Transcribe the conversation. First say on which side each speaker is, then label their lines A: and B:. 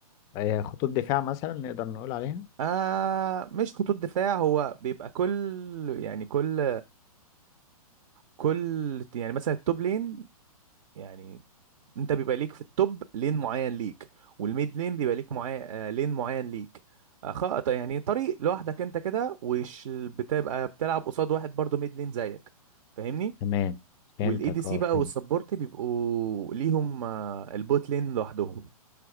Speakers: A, on the left; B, on the right.
A: آه، خطوط دفاع مثلا نقدر نقول عليها
B: آه مش خطوط دفاع هو بيبقى كل يعني كل كل يعني مثلا التوب لين يعني انت بيبقى ليك في التوب لين معين ليك والميد لين بيبقى ليك معين آه لين معين ليك آه خط يعني طريق لوحدك انت كده وش بتبقى بتلعب قصاد واحد برضو ميد لين زيك فاهمني
A: تمام فهمتك
B: والاي دي سي
A: اه
B: بقى
A: فهمت
B: والسبورت بيبقوا ليهم آه البوت لين لوحدهم